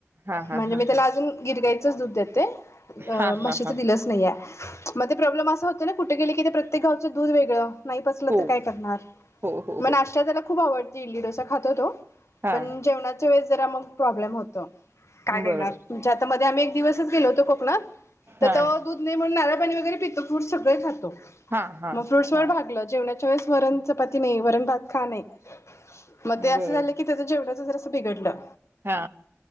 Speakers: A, on the right (about 55°); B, on the left (about 80°).
A: हा हा
B: म्हणजे
A: हा
B: मी त्याला
A: हा
B: अजून गिरगायीचंच दुध <inaudible> अ
A: हा
B: म्हशीचं
A: हा हा
B: दिलंच नाहीये. म ते प्रॉब्लेम असा होतो ना कुठे की ते प्रत्येक गावचं दूध वेगळं नाही पचलं
A: हो
B: तर काय करणार
A: हो हो
B: म
A: हो
B: नाष्टा त्याला खूप आवड इडली डोसा खातो तो
A: हा
B: पण जेवणाच वेळेस जरा मग प्रॉब्लेम होतो. काय देणार
A: बरोबर
B: तुमच्या आतामध्ये आम्ही दिवसच गेलो होतो कोकणात. तर
A: हा
B: तो दूध नाय म्हणुन नार पाणी वगैरे पितो फ्रूटस सगळे खातो.
A: हा हा
B: म फ्रूट्स वर
A: हा
B: भागलं जेवणा वेळेस वरण चपाती नाही वरण भात खा नाही म ते असं
A: बरोबर
B: झालं की त्याच जेवणाच बिघडलं
A: हा